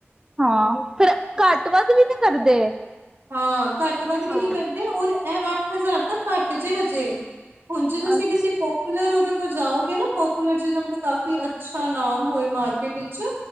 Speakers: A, on the right; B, on the right.
A: ਹਾਂ, ਫਿਰ ਘੱਟ ਵੱਧ ਵੀ ਨੀ ਕਰਦੇ।
B: ਹਾਂ ਘੱਟ ਵੱਧ ਵੀ
A: ਹਾਂ
B: ਨਹੀਂ ਕਰਦੇ ਉਰ ਅੱਠ ਹਜ਼ਾਰ ਤਾਂ ਘੱਟ ਜੇ ਹਜੇ ਹੁਣ ਜੇ ਤੁਸੀਂ
A: ਅੱਛਾ
B: ਕਿਸੇ ਪ ਪਲਰ ਦੇ ਕੋਲ ਜਾਓਗੇ ਨਾ ਪਪੂਲਰ ਜਿ ਮਲਬ ਕਾਫੀ ਅੱਛਾ ਨਾਮ ਹੋ ਮਾਰਕੀਟ ਇਚ